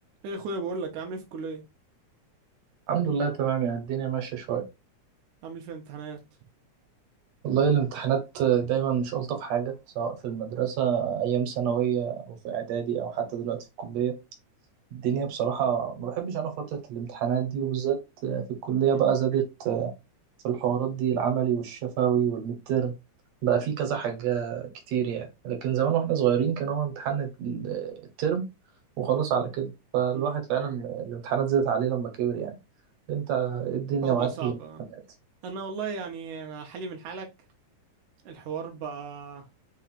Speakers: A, on the right (about 90°); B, on the right (about 65°).
A: ايه يا اخويا بقول لك عامل ايه في الكليه
B: الحمد لله تمام يعني الدنيا ماشية شوية
A: عامل ايه في الامتحانات
B: والله الامتحانات دايما مش ألطف حاجة سواء في المدرسة أيام ثانوية أو في إعدادي أو حتى دلوقتي في الكلية الدنيا بصراحة ما بحبش أنا فترة الامتحانات دي وبالذات في الكلية
A: مم.
B: بقى زادت في الحوارات دي العملي والشفوي والمترم بقى في كذا حاجة كتير يعني لكن زمان واحنا صغيرين كان هو امتحان ال- الترم وخلاص على كده فالواحد
A: مم.
B: فعلا الامتحانات زادت عليه لما كبر يعني انت إيه الدنيا
A: الحوار
B: معاك
A: بقى صعب
B: في الامتحانات
A: آه. انا والله يعني انا حالي من حالك الحوار بقى